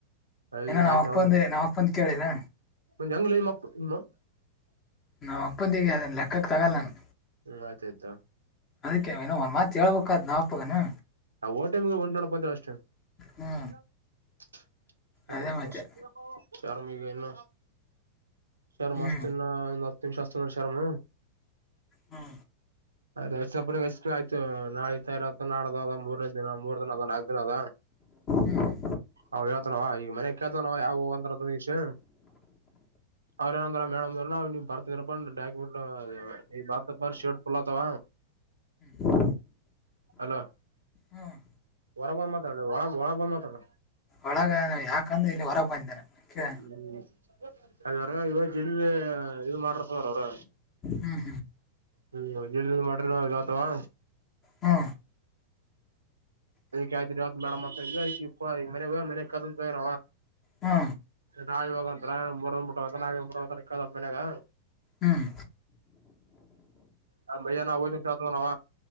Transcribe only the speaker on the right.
ಅಯ
ಆಯ್ತ ಅವನು
<unintelligible>
ಹ ಆತೆತ
ಆ ಹೋಟಮಗೆ ಒಂಟು ನೋಡ್ಕ ಹೊತ್ತೀವ್ ಅಷ್ಟೇ
<unintelligible> ಆ
ಏ
ಸು ಚಾರ್ ಮಿಗೆನ ಶರ್ಮ
ಅಸ್ತಿನ್ಲ್ ನತ್ತನ್ ಶಸ್ತ್ರಂದ ಶರ್ಮ
ಅಯ್ಷ್ಟ ಎಷ್ಟು ಆಯ್ತು ನಾಳ ಇ ನಾಡದ ಮೂರನೇ ದಿನ ಮೂರ್ ದಿನ ಅದ ನಾಲ್ಕು ದಿನ ಅಲ್ಲ
ಹ ಹಳ್ತ ನವಾ ಈಗ ಮನೆ ಕೇಳ್ತ ನವು ಯಾವು ಒಂತರಷೀ ಅವ್ರ ಏನಂದ್ರ ಮೇಡಮ್ ನಾವು ಬರ್ತೀನ್ ಇರಪ್ಪ ಡಾಕುಮೆಂಟ್ ಈ ಬಾರ್ ಪೇಪರ್ ಶರ್ಟ್ ಪೂಲ್ತವ
ಹಲೋ
ಹೊರಬ ಮಾತಾಡು ಒರಗ್ ಬಂದ್ ಮಾತಾಡು
ಹ್ಮ ಅದವರ ಇವಾಗ ಜಿಲ್ಲೆ ಇದು ಮಾಡರ್ತವರ ಅವ್ರ
ಹ್ಮ್ ಮಾಡ್ರಿ ನ ಆತವಾ
ಅದಕ್ಕೆ ಆ ಮಡ ಮಾತ ಅದಕ್ಕೆ ಇ ಮನೆ ಮನೆ ತಗರ
ನಾಳಿ ಹೋಗಂತ್ರ ಮುರಂದ್ ಮುಟ್ಟ ಹಕ್ಕದ ಮನೆಗಾ
ಹ ಭೈಯ ನದು <unintelligible> ನಾವ.